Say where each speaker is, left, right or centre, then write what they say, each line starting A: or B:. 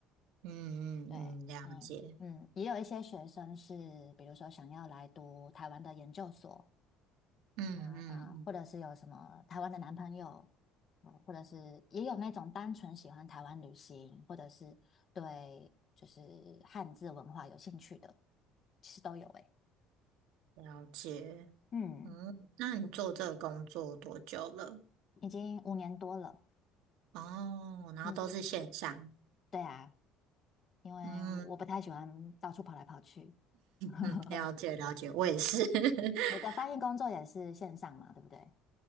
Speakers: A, on the right; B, on the left.
A: 嗯嗯嗯，
B: 对，
A: 了解。
B: 嗯嗯，也有一些学生是，比如说想要来读台湾的研究所
A: 嗯嗯
B: 啊，或者是有什么台湾的男朋友，呃或者是也有那种单纯喜欢台湾旅行，或者是对就是汉字文化有兴趣的，其实都有诶。
A: 嗯，了解。
B: 嗯，
A: 嗯，那你做这个工作多久了？
B: 已经五年多了。
A: 哦，然后都是线上。
B: 嗯，对啊，因为我不太喜欢到处跑来跑去。
A: 嗯
B: <laughs>
A: 嗯，了解了解，我也是。<laughs>
B: 你的翻译工作也是线上嘛，对不对？